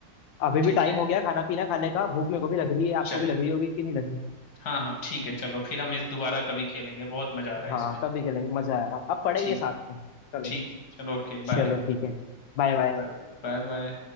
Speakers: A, on the left; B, on the left.
A: अभी
B: ठीक
A: भी टाइम
B: है
A: हो गया खाना पीना खाने का भूख मेरे को भी लग रही है
B: चले
A: आपको भी लग रही होगी कि नहीं लग रही
B: हाँ हाँ ठीक है चलो फिर हम इस दोबारा कभी खेलेंगे बहुत मजा आ रहा है
A: हाँ
B: इसमें
A: कभी चलेंगे मजा आएगा अब पढ़ेंगे
B: ठीक
A: साथ में चलो
B: ठीक चलो okay bye
A: चलो ठीक है Bye bye
B: Right. Bye bye